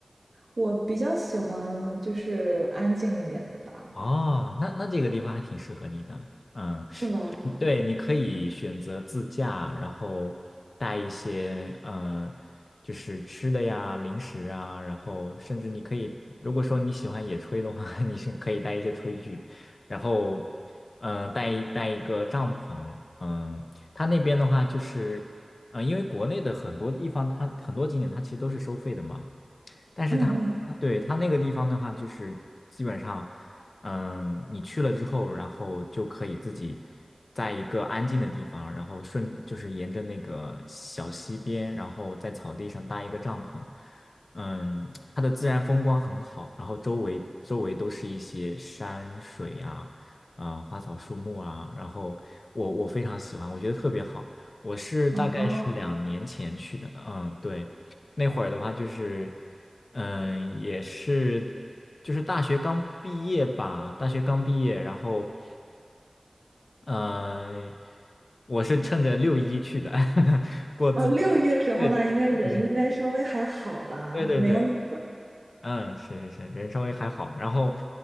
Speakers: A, on the right (about 70°); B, on the left (about 75°).
A: 我比较喜欢就是安静一点的吧。
B: 哦，那那这个地方还挺适合你的。嗯，
A: 是吧？
B: 对，你可以选择自驾，然后带一些嗯、呃就是吃的呀、零食啊，然后甚至你可以，如果说你喜欢野炊的话，<laughs> 你是可以带一些炊具，然后嗯、呃带一带一个帐篷，嗯、它那边的话就是，嗯、因为国内的很多地方它很多景点它其实都是收费的嘛。但是它啊对它那个地方的话，
A: 嗯嗯，
B: 就是基本上，嗯，你去了之后，然后就可以自己在一个安静的地方，然后顺就是沿着那个小溪边，然后在草地上搭一个帐篷，嗯，它的自然风光很好，然后周围周围都是一些山水呀、啊，花草树木啊，然后我我非常喜欢，我觉得特别好。我是大概是两年前去的，
A: 哦，哦，
B: 嗯，对，那会儿的话就是。嗯，也是，就是大学刚毕业吧，大学刚毕业，然后，嗯，我是趁着六一去的，<laughs> 过自己的，
A: 哦，六一的时候呢，
B: 对对对，
A: 应该人应该稍微还好吧，
B: 就是对对对，
A: 没有那么
B: 嗯，是是是，人稍微还好，然后